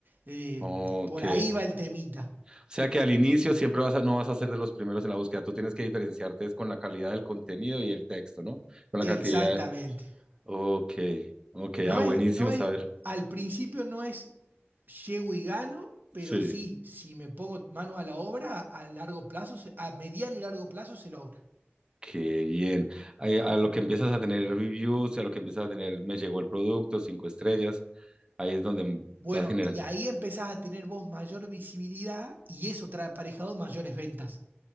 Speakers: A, on the right (about 45°); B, on the right (about 20°).
A: Eh,
B: ok.
A: por ahí va el temita.
B: O sea que al inicio siempre vas a- no vas a ser de los primeros en la búsqueda. Tú tienes que diferenciarte es con la calidad del contenido y el texto, ¿no? Con la
A: Exactamente.
B: cantidad de... Ok, ok,
A: No
B: ah, buenísimo
A: es, no es,
B: saberlo.
A: al principio no es llego y gano, pero
B: Sí,
A: sí, si me pongo mano a la obra, a largo plazo, se- a mediano y largo plazo se logra.
B: qué bien. A, a lo que empiezas a tener reviews, a lo que empiezas a tener, me llegó el producto, cinco estrellas, ahí es donde
A: Bueno,
B: vas generando.
A: y ahí empezás a tener vos mayor visibilidad y eso trae aparejado mayores ventas.